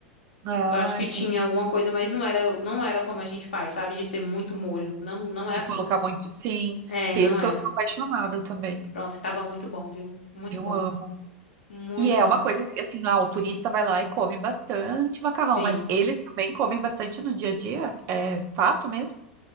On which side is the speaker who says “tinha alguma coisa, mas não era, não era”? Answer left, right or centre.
Left